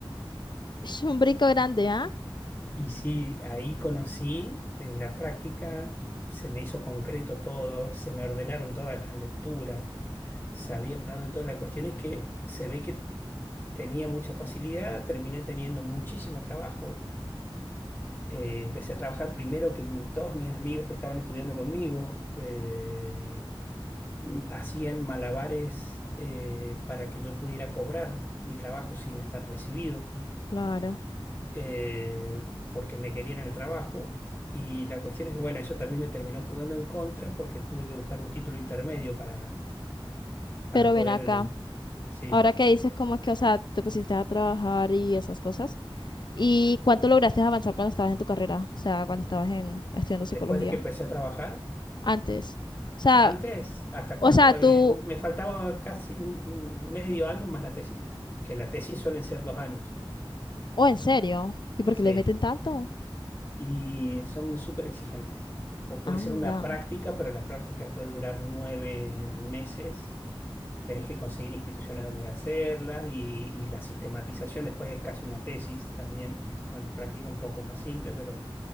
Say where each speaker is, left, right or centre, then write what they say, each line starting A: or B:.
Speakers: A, on the left (about 55°); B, on the left (about 25°).
A: un brinco grande, ¿ah?
B: Y sí, ahí conocí, en la práctica se me hizo concreto todo, se me ordenaron todas las lecturas, sabía para dónde todo. La cuestión es que se ve que tenía mucha facilidad, terminé teniendo muchísimo trabajo. Eh, empecé a trabajar primero que m- todos mis amigos que estaban estudiando conmigo, eh, m- hacían malabares eh, para que yo pudiera cobrar mi trabajo sin estar recibido.
A: claro.
B: eh, porque me querían en el trabajo. Y la cuestión es que, bueno, eso también me terminó jugando en contra porque tuve que buscar un título intermedio para, para
A: Pero
B: poder,
A: ven acá,
B: sí,
A: ahora que dices como que, o sea, te pusiste a trabajar y esas cosas, ¿y cuánto lograste avanzar cuando estabas en tu carrera? O sea, cuando estabas en, estudiando psicología,
B: después de que empecé a trabajar,
A: antes. O sea,
B: antes, hasta
A: o
B: cuarto,
A: sea, tú,
B: eh, me faltaba casi un, un medio año más la tesis, que la tesis suelen ser dos años,
A: o en serio, ¿y por
B: sí,
A: qué le meten tanto?
B: y son súper exigentes. O puede
A: Anda.
B: ser una práctica, pero la práctica puede durar nueve meses tenés que conseguir instituciones donde hacerlas y, y la sistematización después es casi una tesis también, con la práctica un poco más simple, pero